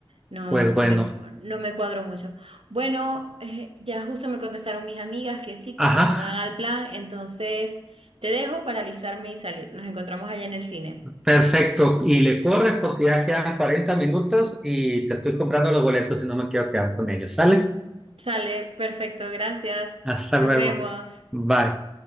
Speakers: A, on the right; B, in the centre.
A: no,
B: Pues
A: no
B: bueno,
A: me, no me cuadro mucho. Bueno, eh, ya justo me contestaron mis amigas que sí, que
B: ajá.
A: se suman al plan. Entonces, te dejo para alisarme y salir. Nos encontramos allá en el cine.
B: Perfecto, y le corres porque ya quedan 40 minutos y te estoy comprando los boletos y no me quiero quedar con ellos. ¿Sale?
A: Sale, perfecto, gracias.
B: Hasta
A: Nos
B: luego.
A: vemos.
B: Bye.